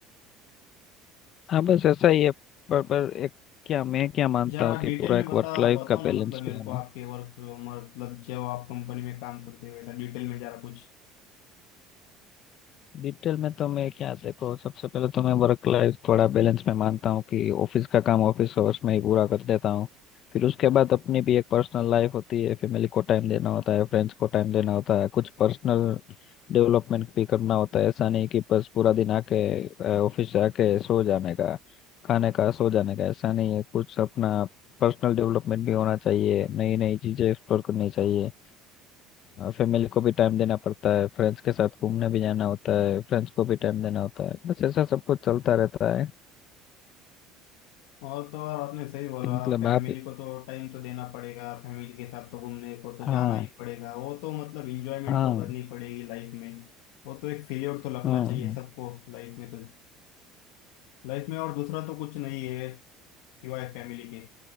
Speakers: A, on the left (about 35°); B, on the left (about 80°).
A: हाँ बस ऐसा ही है पर पर एक क्या मैं क्या मानता
B: जरा
A: हूँ कि
B: डिटेल
A: पूरा
B: में
A: एक
B: बता
A: वर्क लाइफ
B: बताओ
A: का
B: ना
A: बैलेंस
B: मतलब मेरे
A: भी होना
B: को आपके वर्क मतलब जब आप कंपनी में काम करते हो ऐसा डिटेल में जरा कुछ
A: डिटेल में तो मैं क्या देखो सबसे पहले तो मैं वर्क लाइफ थोड़ा बैलेंस में मानता हूँ कि ऑफिस का काम ऑफिस आवर्स में ही पूरा कर देता हूँ फिर उसके बाद अपनी भी एक पर्सनल लाइफ होती है फैमिली को टाइम देना होता है फ्रेंड्स को टाइम देना होता है कुछ पर्सनल डेवलपमेंट भी करना होता है ऐसा नहीं कि बस पूरा दिन आके ऑफिस से आके सो जाने का खाने का सो जाने का ऐसा नहीं है कुछ अपना पर्सनल डेवलपमेंट भी होना चाहिए नई नई चीजें एक्सप्लोर करनी चाहिए और फैमिली को भी टाइम देना पड़ता है फ्रेंड्स के साथ घूमने भी जाना होता है फ्रेंड्स को भी टाइम देना होता है बस ऐसा सब कुछ चलता रहता है
B: और तो और आपने सही बोला
A: मतलब
B: फैमिली
A: आप
B: को तो टाइम तो देना पड़ेगा फैमिली के साथ तो घूमने को तो
A: हाँ
B: जाना ही पड़ेगा वो तो मतलब इंजॉयमेंट
A: हाँ
B: तो करनी पड़ेगी लाइफ में वो तो एक फेलियर तो लगना
A: हाँ
B: चाहिए
A: हाँ
B: सबको लाइफ में तो लाइफ में और दूसरा तो कुछ नहीं है सिवाय फैमिली के